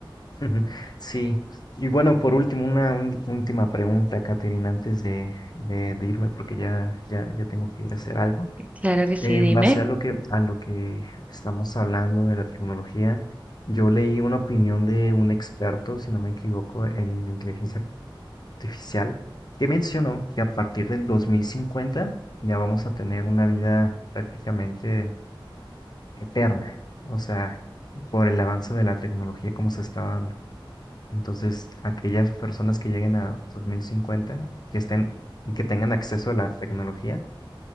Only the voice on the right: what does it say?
Claro que sí,
dime.